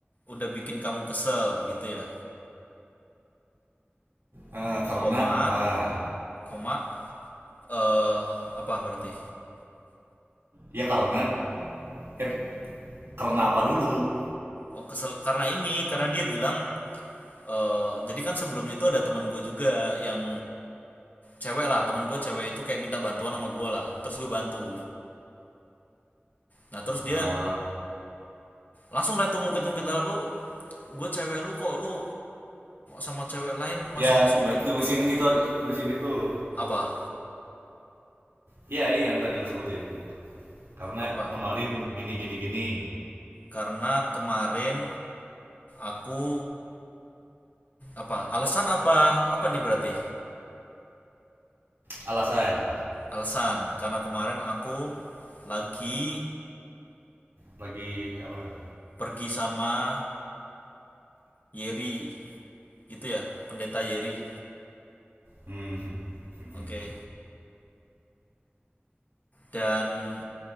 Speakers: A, on the left (about 45°); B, on the right (about 80°).
A: udah bikin kamu kesel gitu ya.
B: Eh, karena
A: koma
B: apa?
A: koma eh apa berarti
B: Ya karena, eh, karena apa dulu?
A: oh kesel karena ini karena dia bilang eh jadi kan sebelumnya itu ada teman gue juga yang cewek lah teman gue cewek itu kayak minta bantuan sama gue lah terus gue bantu nah terus dia
B: Eh,
A: langsung lah tuh ngungkit-ngungkit lah lu gue cewek lu kok lu sama cewek lain
B: ya
A: masih ngasih
B: berarti tulisin itu, tulisin itu.
A: apa
B: Ya, iya yang tadi lu sebutin. Karena
A: apa
B: kemarin gini gini gini.
A: karena kemarin aku apa alasan apa apa nih berarti
B: Alasan.
A: alasan karena kemarin aku lagi
B: lagi apa
A: pergi sama Yeri gitu ya pendeta Yeri
B: hmm. <laughs>
A: oke Okay. dan